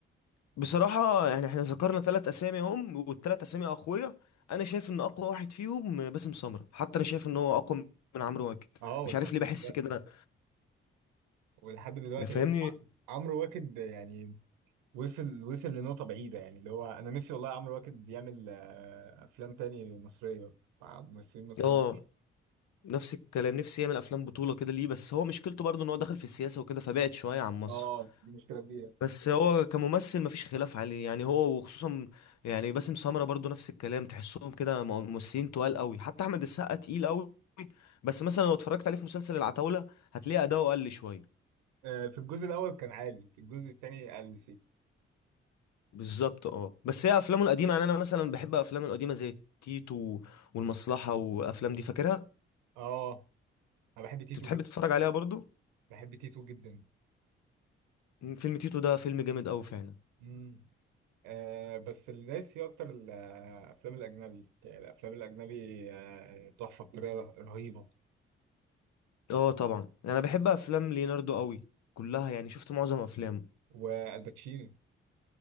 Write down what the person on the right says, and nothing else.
اه
ولحد
دلوقتي
ولحد دلوقتي
بس ع- عمرو واكد يعني وصل وصل لنقطة بعيدة يعني اللي هو انا نفسي والله عمرو واكد يعمل آه، افلام تاني مصرية مع ممثلين مصريين
اه دي مشكلة كبيرة
آه، في الجزء الاول كان عالي في الجزء التاني قل سيكا
اه انا بحب تيتو
جدا
بحب تيتو جدا
مم. آه بس اللي دايس فيه اكتر الافلام الاجنبي يعني الافلام الاجنبي آه، تحفه بطريقه ره- رهيبه
والباتشينو